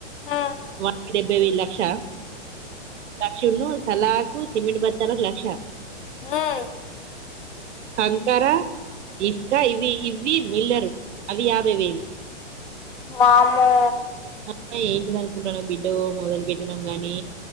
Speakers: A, on the left (about 50°); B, on the right (about 85°).
A: ఉమ్
B: వాడికి డెబ్బేవేల్లక్ష లక్షేమో సలాకు సిమెంట్ బత్తలకు లక్ష
A: ఉమ్
B: కంకర ఇస్క ఇవి ఇవ్వి బిల్డరు అవి యాభైవేలు
A: వామ్మో
B: ఆ ఏంటిదనుకుంటానవ్ బిడ్డో మొదలు పెట్టినాం గానీ